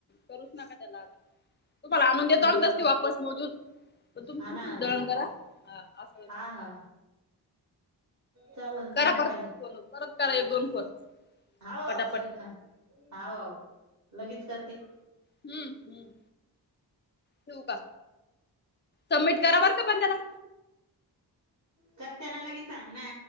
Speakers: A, on the left; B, on the right.
A: करूच नका त्याला आता. तुम्हाला आणून देतो
B: बर
A: आम्ही तस ते वापस मोजून. पण तुम्ही
B: हा
A: तुम
B: ना
A: तुमच
B: हा ना
A: दळण करा. हा. असा आहे
B: हा
A: मग.
B: हा चालन
A: करा
B: मग काय
A: परत फोन. परत करा एक दोन फोन.
B: हाव हाव
A: पटापट
B: करीन ना. हाव लगेच करते.
A: हम्म. हम्. ठेवू का? सबमिट करा बर का पण त्याला.
B: करते ना लगेच थांब ना.